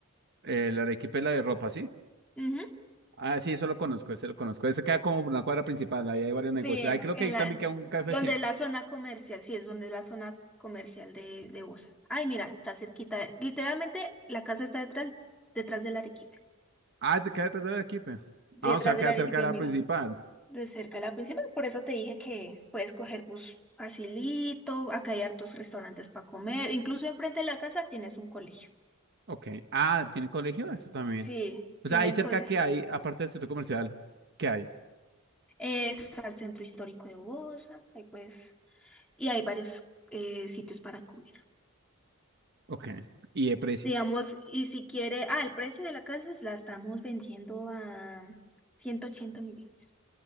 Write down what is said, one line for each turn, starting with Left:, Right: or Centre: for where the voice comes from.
Right: eh, la Arequipa y la de ropa, ¿sí?
Centre: Ujú.
Right: Ah, sí, eso lo conozco, ese lo conozco. Ese queda como por una cuadra principal, ahí hay varios negocios.
Centre: Sí, en
Right: Ahí
Centre: la-
Right: creo
Centre: en
Right: que ahí
Centre: la-
Right: también
Centre: do-
Right: queda un KFC.
Centre: donde la zona comercial, sí, es donde la zona comercial de, de Busa. Ay, mira, está cerquita. Literalmente la casa está detrás, detrás del Arequipe.
Right: Ah, te queda detrás de la Arequipa.
Centre: Detrás
Right: Ah, o sea, queda
Centre: del Arequipe,
Right: cerca de la
Centre: mira,
Right: principal.
Centre: de cerca la principal. Por eso te dije que puedes coger bus facilito, acá hay hartos restaurantes para comer. Incluso enfrente de la casa tienes un colegio.
Right: Ok. Ah, ¿tiene colegio? Eso también.
Centre: Sí,
Right: O
Centre: tienen
Right: sea, ahí cerca
Centre: col
Right: que hay, aparte del centro comercial, ¿qué hay?
Centre: eh, está el centro histórico de Busa, ahí puedes y hay varios eh, sitios para comer.
Right: Ok. ¿Y de precios?
Centre: Digamos, y si quiere, ah, el precio de la casa es- la estamos vendiendo a 180 millones.